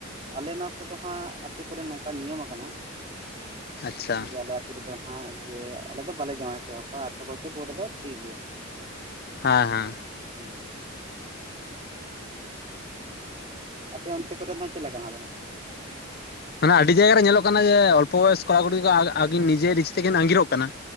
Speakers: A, on the right (about 30°); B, on the left (about 50°).
A: ᱟᱞᱮ ᱱᱚᱣᱟ ᱠᱚᱨᱮ ᱫᱚ ᱦᱟᱸᱜ ᱟᱹᱛᱩ ᱠᱚᱨᱮᱜ ᱱᱚᱝᱠᱟ ᱱᱤᱭᱚᱢ ᱟᱠᱟᱱᱟ
B: ᱟᱪᱪᱷᱟ
A: ᱡᱮ ᱟᱞᱮ ᱟᱹᱛᱩ ᱨᱮ ᱦᱟᱜ ᱡᱮ ᱟᱞᱮ ᱫᱚ ᱵᱟᱞᱮ ᱡᱚᱢᱟ ᱦᱚᱪᱚᱚᱣᱟ ᱟᱴᱷᱨᱚ ᱵᱚᱪᱷᱚᱨ ᱯᱚᱨᱮ ᱫᱚ ᱴᱷᱤᱠ ᱜᱮᱭᱟ᱾
B: ᱦᱮᱸ ᱦᱮᱸ
A: ᱦᱮᱸ ᱟᱨ ᱟᱯᱮ ᱚᱱᱛᱮ ᱠᱚᱨᱮ ᱫᱚ ᱦᱜ ᱪᱮᱫᱮ ᱞᱮᱠᱟ ᱫᱚ?
B: ᱢᱟᱱᱮ ᱟᱹᱰᱤ ᱡᱟᱭᱜᱜᱟ ᱨᱮ ᱧᱮᱞᱚᱜ ᱠᱟᱱᱟ ᱡᱮ ᱚᱞᱯᱚ ᱵᱚᱭᱚᱥ ᱠᱚᱲᱟ- ᱠᱩᱲᱤ ᱟᱹᱠᱤᱱ ᱱᱤᱡᱮ ᱱᱤᱡᱮ ᱛᱮᱠᱤᱱ ᱟᱸᱜᱤᱨᱚᱜ ᱠᱟᱱᱟ᱾